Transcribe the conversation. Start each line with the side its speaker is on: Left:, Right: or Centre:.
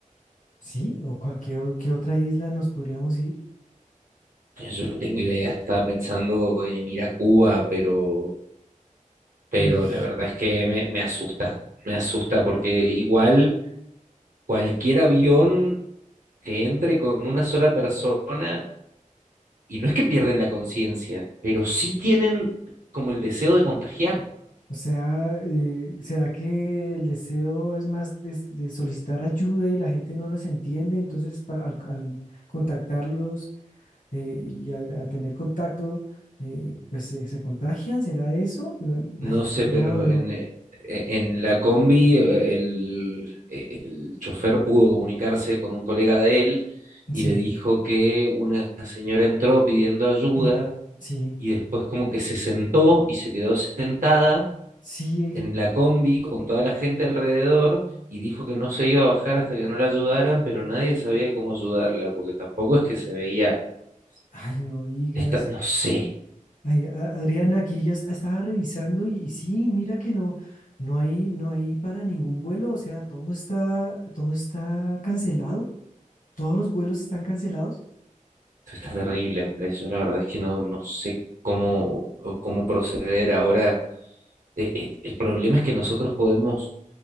Left: Sí, o cual- qué, o- qué otra isla nos podríamos ir.
Right: Yo no tengo idea, estaba pensando en ir a Cuba, pero... pero
Left: Uy,
Right: la verdad es que me, me asusta, me asusta porque igual cualquier avión que entre con una sola persona, y no es que pierden la conciencia, pero sí tienen como el deseo de contagiar.
Left: o sea, eh, ¿será que el deseo es más de, s- de solicitar ayuda y la gente no los entiende? Entonces, para, al, al contactarlos eh, y a, a tener contacto, eh, pues se, se contagian, ¿será eso? Eh,
Right: No
Left: Ay,
Right: sé,
Left: no,
Right: pero en,
Left: no,
Right: eh, en la combi eh, el, eh, el chofer pudo comunicarse con un colega de él y
Left: sí,
Right: le dijo que una señora entró pidiendo ayuda
Left: <clears throat> sí,
Right: y después como que se sentó y se quedó sentada
Left: sí,
Right: en la combi con toda la gente alrededor y dijo que no se iba a bajar hasta que no la ayudaran, pero nadie sabía cómo ayudarla, porque tampoco es que se veía,
Left: ay, no digas.
Right: está, no sé,
Left: Ay, a- Adriana, aquí ya es- estaba revisando y, y sí, mira que no, no hay, no hay para ningún vuelo, o sea, todo está, todo está cancelado, todos los vuelos están cancelados.
Right: está terrible, Andrés, yo la verdad es que no, no sé cómo, cómo proceder ahora. Eh, eh, El problema es que nosotros podemos,